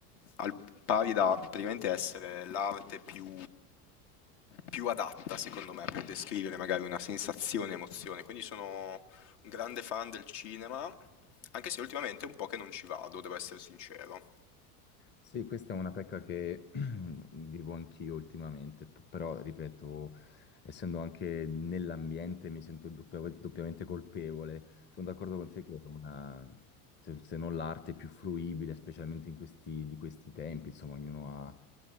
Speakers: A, on the left; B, on the left.
A: al pari da praticamente essere l'arte più, più adatta, secondo me, per descrivere magari una sensazione, emozione. Quindi sono un grande fan del cinema, anche se ultimamente è un po' che non ci vado, devo essere sincero.
B: Sì, questa è una pecca che <clears throat> vivo anch'io ultimamente, p- però ripeto, essendo anche nell'ambiente mi sento doppia- doppiamente colpevole. Sono d'accordo con te che è una, se, se non l'arte più fruibile, specialmente in questi, di questi tempi, insomma, ognuno ha,